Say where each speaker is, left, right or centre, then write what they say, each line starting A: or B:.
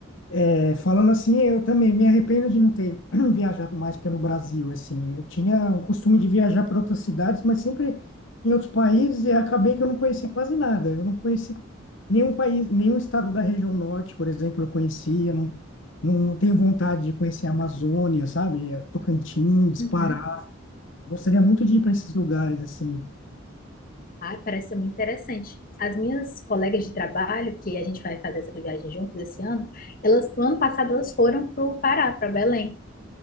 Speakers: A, on the left; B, on the left.
A: É, falando assim, eu também me arrependo de não ter <clears throat> viajado mais pelo Brasil, assim. Eu tinha um costume de viajar para outras cidades, mas sempre em outros países e acabei que eu não conheci quase nada. Eu não conheci nenhum país, nenhum estado da região norte, por exemplo, eu conhecia. Não, não tenho vontade de conhecer a Amazônia, sabe? É, Tocantins,
B: Uhum.
A: Pará. Gostaria muito de ir para esses lugares, assim.
B: Ah, parece ser muito interessante. As minhas colegas de trabalho, que a gente vai fazer essa viagem juntas esse ano, elas, no ano passado, elas foram para o Pará, para Belém.